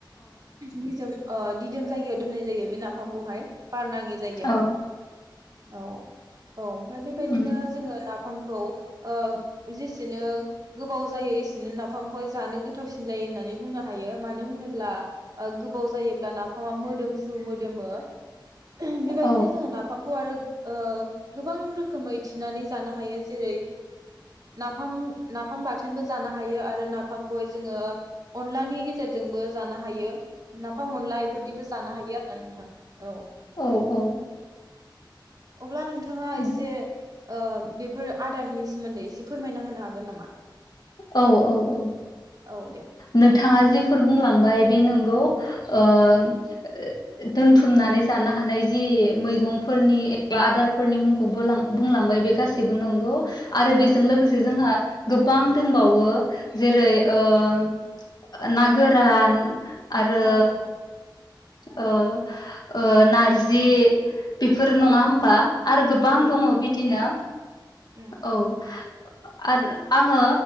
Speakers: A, on the right; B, on the left.
A: निजोम अ दिदोम जायगायाव दोननाय जायो बे नाफामखौहाय बार नङि जायगायाव
B: औ
A: औ औ ओमफाय बेबायदिनो
B: उम
A: जोङो नाफामखौ ओ जेसेनो गोबाव जायो एसेनो नाफामखौहाय जानो गोथावसिन जायो होननानै बुंनो हायो मानो होनोब्ला गोबाव जायोब्ला नाफामा मोदोमफ्रु मोदोमो बेबायदिनो
B: औ
A: जोङो नाफाम ख आरो ओ गोबां रोखोमै थिनानै जानो हायो जेरै नाफाम नाफाम बाथोनबो जानो हायो आरो नाफामखौहाय जोङो अनलानि गेजेरजोंबो जानो हायो। नाफा अनला इफोरदिबो जानो हायो। <unintelligible> औ
B: औ औ
A: औ अब्ला नोंथाङा
B: उम
A: एसे ओ बेफोर आदारनि सोमोन्दै एसे फोरमायना होनो हागोन नामा
B: औ औ औ ओ
A: औ दे
B: नों थाङा जिफोर बुंलांबाय बे नंगौ। ओं
A: औ
B: <unintelligible> दोनथुमनानै जानो हानाय जि मैगंफोरनि एबा आदारफोरनि मुंखौ बोलां बुंलां बाय बे गासैबो नंगौ । आरो बेजों
A: औ नंगौ
B: लोगोसे जोंहा गोबां दोंबावो जेरै
A: उम
B: ओ ओ ना गोरान आरो
A: औ नंगौ
B: ओ ओ नारजि बेफोर नङा
A: औ नंगौ
B: होमबा आरो गोबां
A: नंगौ
B: दङ'
A: नोंथां
B: बिदिनो औ।
A: उम
B: ओ ओ आरो आङो